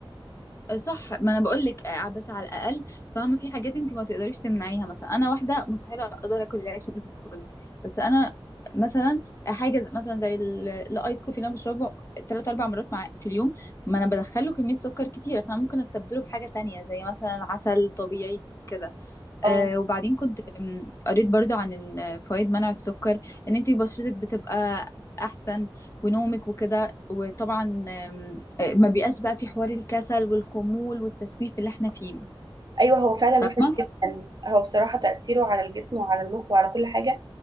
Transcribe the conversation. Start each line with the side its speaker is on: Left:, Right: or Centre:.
Left: صح ما انا بقول لك آه، بس على الاقل فاهمه في حاجات انت ما تقدريش تمنعيها مثلا انا واحده مستحيل اقدر اكل العيش البني بس انا مثلا آه، حاجه ز- مثلا زي ال- الايس كوفي اللي انا بشربه ثلاث اربع مرات مع في اليوم ما انا بدخله كميه سكر كتيره فانا ممكن استبدله بحاجه تانية زي مثلا عسل طبيعي كده
Right: اه
Left: آه وبعدين كنت م، قريت برضو عن إن آه، فوائد منع السكر ان انتي بشرتك بتبقى احسن ونومك وكده وطبعا آم، آه، ما بيبقاش بقى في حوار الكسل والخمول والتسويف اللي احنا فيه
Right: ايوه هو فعلا
Left: فاهمه
Right: وحش جدا هو بصراحه تاثيره على الجسم وعلى المخ وعلى كل حاجه